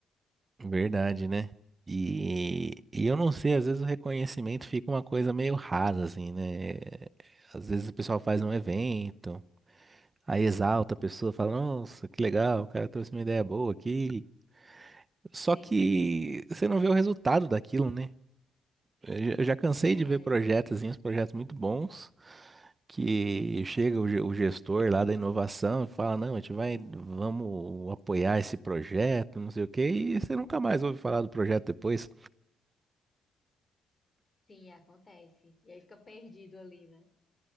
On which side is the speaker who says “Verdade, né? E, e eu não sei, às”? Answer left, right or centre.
Right